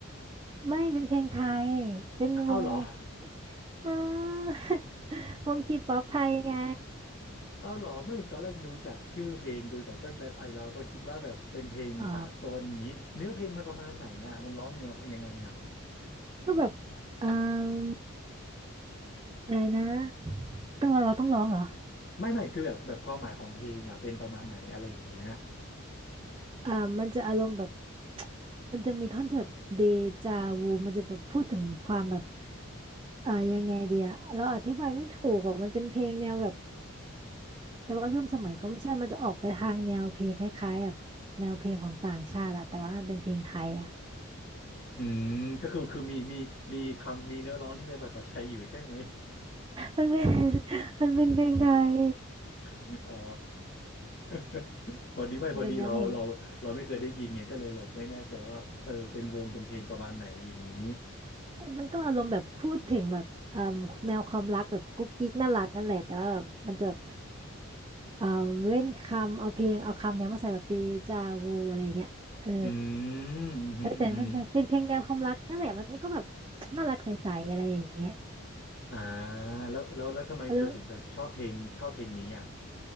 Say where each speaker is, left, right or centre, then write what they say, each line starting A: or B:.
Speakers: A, on the right (about 20°); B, on the left (about 50°).
A: ไม่เป็นเพลงไทยเป็นวง
B: เอาเหรอ <laughs>
A: <laughs> อ๋อ <laughs> วงทีป๊อปไทยไง
B: เอาเหรอไม่ตอนแรกดูจากชื่อเพลงดูจากก็ไอเราก็คิดว่าแบบเป็นเพลงสากลอย่างงี้เนื้อเพลงมันประมาณไหนอ่ะมันร้องแนวยังไงอ่ะ
A: อ๋อก็แบบเอ่มอะไรนะต้องเราเราต้องร้องเหรอ
B: ไม่ไม่คือแบบแบบความหมายของเพลงอ่ะเป็นประมาณไหนอะไรอย่างเงี้ย
A: อ่ามันจะอารมณ์แบบ <tsk> มันจะมีท่อนที่แบบเดจาวูมันจะแบบพูดถึงความแบบเอ่ายังไงเดียเราอธิบายไม่ถูกอะมันเป็นเพลงแนวแบบแต่ว่าร่วมสมัยก็ไม่ใช่มันจะออกไปทางแนวเพลงคล้ายๆแบบแนวเพลงของต่างชาติอะแต่ว่ามันเป็นเพลงไทยอะ
B: อืมก็คือคือมีมีมีคำมีเนื้อร้องที่เป็นภาษาไทยอยู่ใช่ไหม
A: มันเป็น <laughs> มันเป็นเพลงไทย
B: <laughs> อ๋อ <laughs> พอดีไม่พอดีเราเราเราไม่เคยได้ยินไงก็เลยแบบไม่แน่ใจว่าเออเป็นวงเป็นเพลงประมาณไหนอย่างนี้
A: มันเป็นแนวเพลงมันก็อารมณ์แบบพูดถึงแบบเอ่มแนวความรักแบบกุ๊กกิ๊กน่ารักนั่นแหละแต่ว่าแบบมันจะแบบ เอ่อเล่นคำเอาเพลงเอาคำเนี้ยมาใส่แบบเดจาวูอะไรอย่างเงี้ยเออ
B: อืมอืมอืมอม
A: เออแต่เป็นเพลงเป็นเพลงแนวความรักนั่นแหละมันก็แบบน่ารักใสๆอะไรอย่างเงี้ย
B: อ่าแล้วแล้วแล้วทำไมเธอถึงแบบชอบเพลงชอบเพลงนี้อ่ะ
A: แล้ว